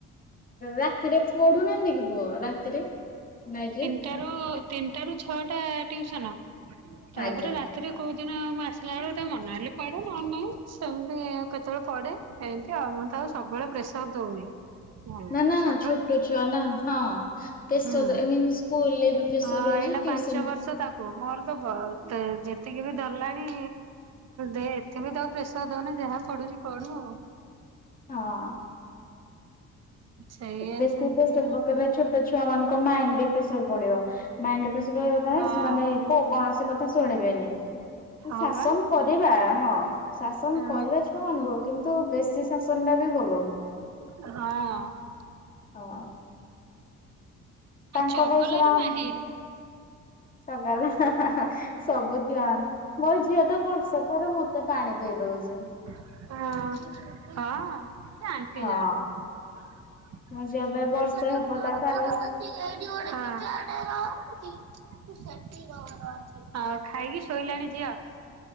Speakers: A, on the left (about 30°); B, on the right (about 60°).
A: ରାତିରେ ପଢୁନାହାନ୍ତି କି ପୁଅ ରାତିରେ ନାଇଯେ
B: ତିନିଟା ରୁ ଛଅଟା ଟିସନ୍ ତାପରେ
A: ଆଜ୍ଞା
B: ରାତି ଏରେ କଉଦିନ ମୁଁ ଆସିଲା ବେଳକୁ ତ ମନ ହେଲେ ପଢେ ନହେଲେ ନାହିଁ। ସେମିତି କେତେବେଳେ ପଢ଼େ ଏମତି ଆଉ ମୁଁ ତ ଆଉ ସବୁବେଳେ ପ୍ରେସର ଦଉନି। ହୁଁ
A: ନା ନା
B: ଛୋ
A: ଛୋଟ ଛୁଆ ନା ହଁ ପ୍ରେସର
B: ହୁଁ
A: ଏମିତି ସ୍କୁଲ୍ ରେ ପ୍ରେସର
B: ହଁ
A: ରହୁଛି
B: ଏଇନା
A: ଟିୟୁସନ
B: ପାଞ୍ଚ ବର୍ଷ ତାକୁ ମୋର ତ ଯେତିକି ବି ଧରିଲାଣି ଦେ ଏତେ ବି ପ୍ରେସର ଦଉନି ଯାହା ପଢୁଛି ପଢୁ ଆଉ।
A: ହଁ।
B: ସେଇଆ
A: ବେଶୀ
B: ସେମିତି
A: ପେସର ପକେଇଲେ ଛୋଟ ଛୁଆ ମାନଙ୍କ ମାଇଣ୍ଡି ରେ ପ୍ରେସର ପଡିବ ମାଇଣ୍ଡି ରେ ପ୍ରେସର ପଡିବ
B: ହଁ
A: ସେମାନଙ୍କୁ ଗ କଥା ଶୁଣିବେନି
B: ହଁ
A: ଶାସନ
B: ବା
A: କରିବା ହଁ ଶାସନ
B: ହୁଁ
A: କରିବା ଛୁଆମାନାନଙ୍କୁ କିନ୍ତୁ? ତୁ ବେଶୀ ଶାସନ ଟା ବି ଭଲ ନୁହଁ।
B: ହଁ-
A: ହଁ। ତାଙ୍କ
B: ଚଗଲାରେ
A: ବୟସର ଆମେ
B: ମାହିର
A: ଚଗଲା। ସବୁ ଛୋଆ ମୋ ଝିଅ ତ ବର୍ଷକ ର ମତେ ପାଣି ପିଆଇ ଦଉଛି।
B: ହଁ ହଁ ଆଣ୍ଟି
A: ହଁ
B: ଯାଆନ୍ତି।
A: ମୋ ଝିଅ ଏବେ
B: ଠି
A: ବର୍ଷେ ହବ ତାକୁ ଆର
B: <unintelligible>
A: ବର୍ଷ
B: ହଁ ଖାଇକି ଶୋଇଲଣି ଝିଅ